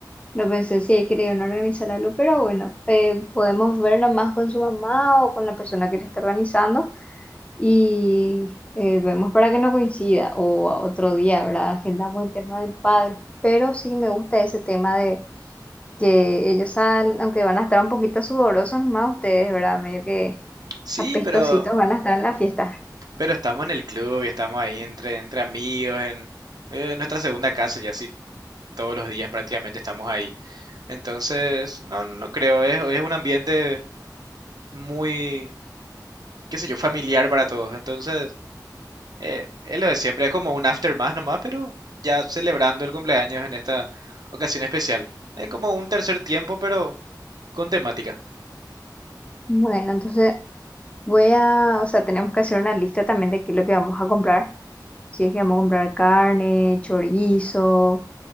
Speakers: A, on the left (about 15°); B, on the right (about 60°).
A: No pensé si ahí querían organizar algo, pero bueno, eh, podemos ver nomás con su mamá o con la persona que le está organizando y eh, vemos para que no coincida o otro día, ¿verdad? Agendamos el tema del padre. Pero sí me gusta ese tema de que ellos salen, aunque van a estar un poquito sudorosos más ustedes, ¿verdad? Medio que
B: Sí,
A: apestositos
B: pero,
A: van a estar en la fiesta.
B: pero estamos en el club y estamos ahí entre, entre amigos, en eh, nuestra segunda casa, y así todos los días prácticamente estamos ahí. Entonces, no, no creo, es, es un ambiente muy, qué sé yo, familiar para todos. Entonces, Eh, es lo de siempre, es como un after más nomás, pero ya celebrando el cumpleaños en esta ocasión especial. Es como un tercer tiempo, pero con temática.
A: Bueno, entonces voy a, o sea, tenemos que hacer una lista también de qué es lo que vamos a comprar. Si es que vamos a comprar carne, chorizo,